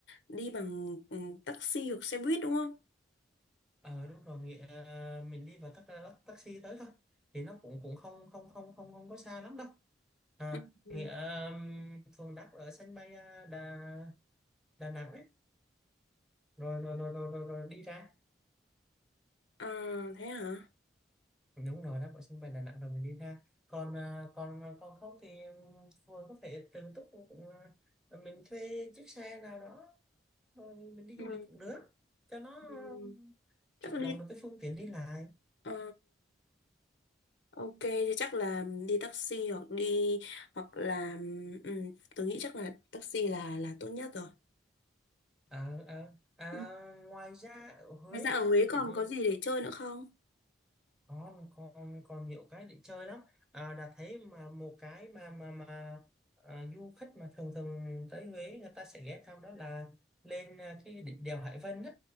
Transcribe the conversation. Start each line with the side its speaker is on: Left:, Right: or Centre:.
Left: đi bằng ừ, taxi hoặc xe buýt đúng không?
Centre: ờ đúng rồi nghĩa- à, mình đi vào tắc, tắc- taxi tới thôi thì nó cũng cũng không không không không không có xa lắm đâu à,
Left: Ừ. ừ.
Centre: nghĩa um, phường đáp ở sân bay à, Đà Đà Nẵng ấy rồi rồi rồi rồi rồi, rồi đi ra
Left: À, thế hả?
Centre: đúng rồi đáp ở sân bay Đà Nẵng rồi mình đi ra còn à, còn à, còn không thì um, phường có thể tự túc cũng, à, mình thuê chiếc xe nào đó rồi mình đi
Left: Ừ.
Centre: du lịch cũng được cho nó
Left: Ừ.
Centre: um,
Left: Chắc
Centre: chủ
Left: là
Centre: động
Left: đi
Centre: được cái phương tiện đi lại
Left: ờ, ok thì chắc là đi taxi hoặc đi hoặc là ừ, tôi nghĩ chắc là taxi là là tốt nhất rồi.
Centre: à, à, à,
Left: Ừ.
Centre: ngoài ra ở Huế
Left: Ngoài ra
Centre: á,
Left: ở Huế
Centre: thì
Left: còn
Centre: cũng
Left: có gì để chơi nữa không?
Centre: còn còn còn nhiều cái để chơi lắm à, đã thấy mà một cái mà mà mà à, du khách mà thường thường tới Huế người ta sẽ ghé thăm đó là lên à, cái đỉnh đèo Hải Vân đó